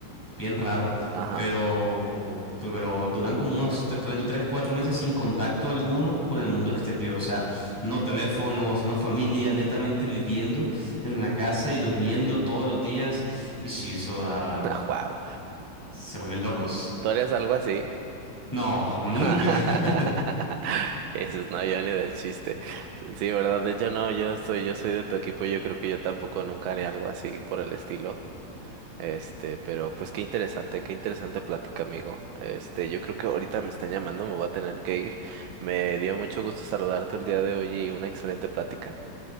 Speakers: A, in the centre; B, on the right.
A: bien raro,
B: Ajá.
A: pero, pero duran como unos te- ponle tú, tres, cuatro meses sin contacto alguno con el mundo exterior, o sea, no teléfonos, no familia, netamente viviendo en la casa y durmiendo todos los días, y si eso da,
B: <laughs> Wow.
A: se vuelven locos.
B: ¿Tú harías algo así?
A: No, nunca.
B: <laughs>
A: <laughs>
B: Eso no, yo ni de chiste. Sí, ¿verdad? De hecho, no, yo soy, yo soy de tu equipo, yo creo que yo tampoco nunca haría algo así por el estilo. Este, pero pues qué interesante, qué interesante plática, amigo. Este, yo creo que ahorita me están llamando, me voy a tener que ir. Me dio mucho gusto saludarte el día de hoy y una excelente plática.